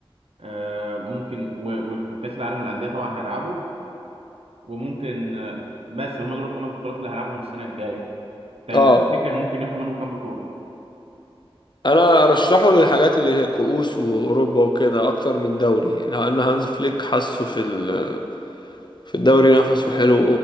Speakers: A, on the right; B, on the left.
A: آه، ممكن و- و- وكأس العالم للأندية طبعا هيلعبوا وممكن آه، بس هما دول الخمس بطولات اللي هيلعبهم السنة الجاية ت-
B: اه
A: تفتكر ممكن ياخد منهم كام بطولة؟
B: انا ارشحه للحاجات اللي هي كؤوس واوروبا وكده اكتر من دوري لان هانز فليك حاسه في ال في الدوري نفسه حلو